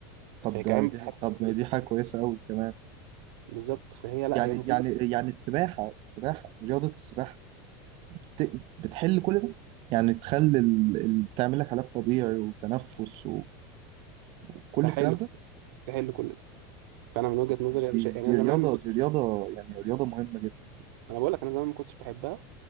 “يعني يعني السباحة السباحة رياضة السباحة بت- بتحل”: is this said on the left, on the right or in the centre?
Right